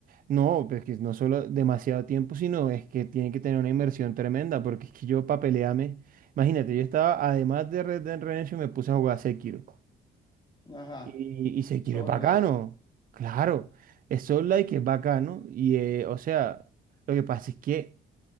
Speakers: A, on the right; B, on the left.
A: No, pero es que no solo demasiado tiempo, sino es que tiene que tener una inversión tremenda, porque es que yo para pelearme, imagínate, yo estaba, además de Red Dead Redemption, me puse a jugar Sekiro.
B: Ajá,
A: Y, y Sekiro
B: Souls
A: es bacano,
B: like.
A: claro, es Soul Like es bacano, y eh, o sea, lo que pasa es que